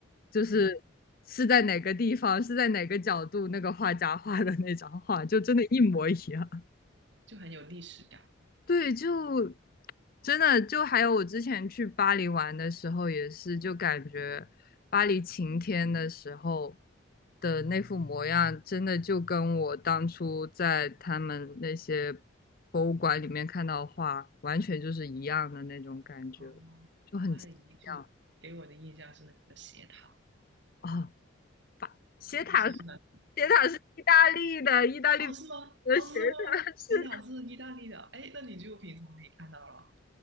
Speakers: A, on the left; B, on the right.
A: 就是
B: 嗯，
A: 是在哪个地方，是在哪个角度那个画家画的那张画，就真的一模一样。
B: 就很有历史感。
A: 对，就真的就还有我之前去巴黎玩的时候，也是就感觉巴黎晴天的时候的那副模样，真的就跟我当初在他们那些博物馆里面看到的画，完全就是一样的那种感觉，
B: 哦，
A: 就很奇妙
B: 巴黎就给我的印象是那个斜塔，
A: 哦。斜塔，
B: 是是那
A: 斜塔是意大利的，意大利
B: 哦，是吗？
A: 的斜塔，
B: 哦，是吗？
A: 是
B: 斜塔是意大利的，哎，那你就平常可以看到了。